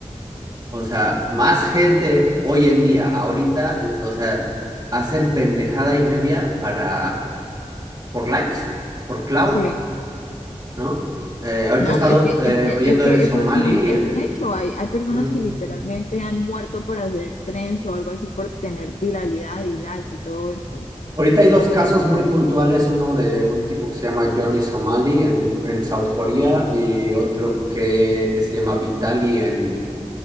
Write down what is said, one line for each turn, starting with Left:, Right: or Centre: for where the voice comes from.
Right: O sea, más gente hoy en día, ahorita, eh, o sea, hacen pendejada y media para, por likes, por cloud,
Left: Sí.
Right: ¿no? Eh, ahorita
Left: No,
Right: he estado
Left: es que,
Right: eh,
Left: es que,
Right: oyendo
Left: es que
Right: de Somali.
Left: eso es un, es
Right: eh,
Left: un hecho. Hay, hay personas
Right: ujú.
Left: que literalmente han muerto por hacer trends o algo así por tener viralidad y likes y todo esto.
Right: Ahorita hay dos casos muy puntuales, uno de un tipo que se llama Johnny Somali en, en South Korea y otro que se llama Vitali en